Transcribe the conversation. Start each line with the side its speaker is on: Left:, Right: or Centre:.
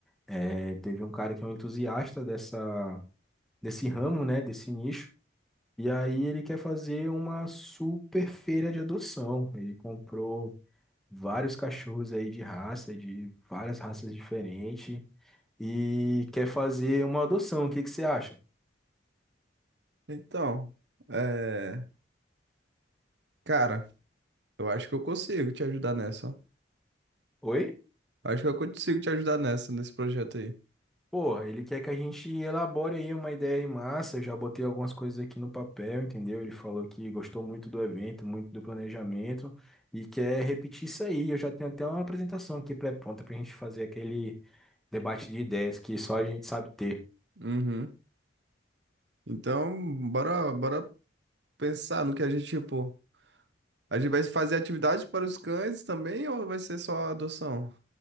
Centre: É, teve um cara que é um entusiasta dessa, desse ramo, né? Desse nicho. E aí ele quer fazer uma super feira de adoção. Ele comprou vários cachorros aí de raça, de várias raças diferentes, e quer fazer uma adoção. O que que você acha?
Right: Então, é, cara, eu acho que eu consigo te ajudar nessa, ó.
Centre: Oi?
Right: Acho que eu consigo te ajudar nessa nesse projeto aí.
Centre: Porra, ele quer que a gente elabore aí uma ideia em massa. Eu já botei algumas coisas aqui no papel, entendeu? Ele falou que gostou muito do evento, muito do planejamento e quer repetir isso aí. Eu já tenho até uma apresentação aqui pré-pronta pra gente fazer aquele debate de ideias que só a gente sabe ter.
Right: Uhum. Então, bora, bora pensar no que a gente, tipo, a gente vai fazer atividades para os cães também ou vai ser só adoção?